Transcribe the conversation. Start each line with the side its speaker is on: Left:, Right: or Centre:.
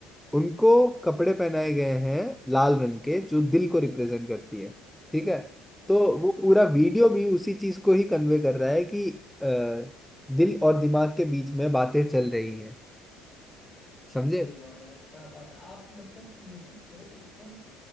Centre: उनको कपड़े पहनाए गए हैं लाल रंग के जो दिल को रिप्रेजेंट करती है ठीक है
Left: Okay
Centre: तो वो
Left: okay
Centre: पूरा
Left: okay
Centre: वीडियो भी उसी चीज को ही कन्वे कर रहा है कि अ, दिल और दिमाग के बीच में बातें चल रही हैं समझे
Left: अरे वाह यार क्या बात है आप मतलब म्यूजिक को एकदम